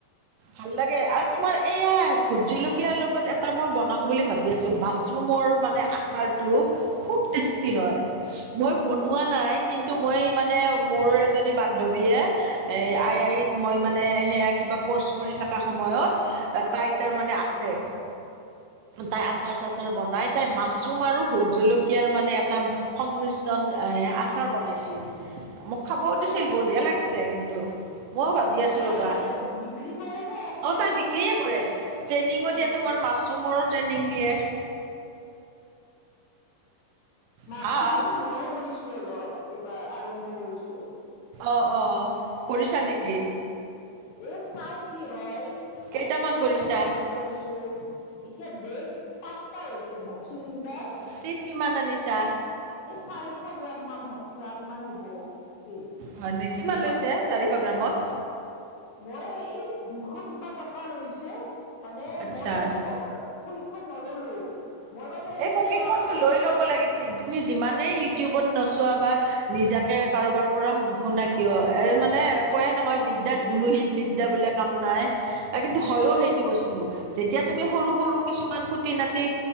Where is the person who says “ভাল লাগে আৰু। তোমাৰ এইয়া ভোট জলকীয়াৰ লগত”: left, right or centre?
Right